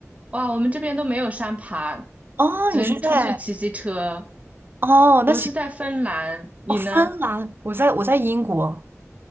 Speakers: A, on the right; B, on the right.
A: 哇，我们这边都没有山爬，
B: 哦，
A: 只能出去骑骑车。
B: 你是在哦，那行。
A: 我是在芬兰，你呢？
B: 哦，芬兰，我在我在英国，